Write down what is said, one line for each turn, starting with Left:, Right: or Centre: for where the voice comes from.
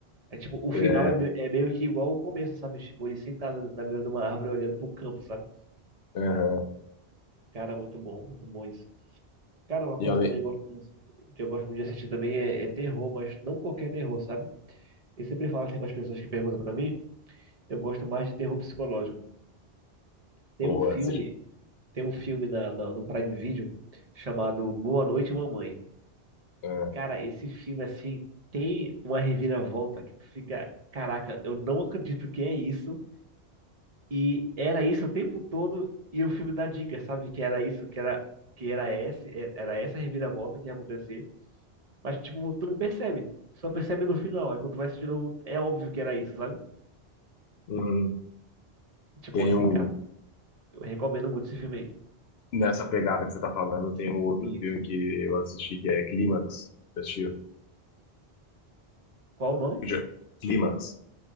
Right: É tipo, o final
Left: É,
Right: é, me- é meio que igual o começo, sabe? Tipo, ele sentado na beira de uma árvore olhando pro campo, sabe?
Left: aham.
Right: Cara, muito bom, muito bom isso. Cara, uma coisa
Left: E além,
Right: que eu também gosto muito- que eu gosto muito de assistir também é, é terror, mas não qualquer terror, sabe? Eu sempre falo assim para as pessoas que perguntam para mim, eu gosto mais de terror psicológico. Tem
Left: boa,
Right: um filme,
Left: assim,
Right: tem um filme na, na- no Prime Video chamado Boa Noite, Mamãe.
Left: é,
Right: Cara, esse filme assim tem uma reviravolta que tu fica, caraca, eu não acredito que é isso e era isso o tempo todo e o filme dá dicas, sabe? Que era isso, que era que era esse, é, era essa reviravolta que ia acontecer. Mas, tipo, tu não percebe. Só percebe no final. Aí quando tu vai assistir de novo, é óbvio que era isso, sabe?
Left: uhum.
Right: Tipo
Left: Tem
Right: assim,
Left: um,
Right: cara, eu recomendo muito esse filme aí.
Left: nessa pegada que você tá falando, tem um outro
Right: Isso.
Left: filme que eu assisti que é Clímax. Você Assistiu?
Right: Qual o nome?
Left: Já- Clímax.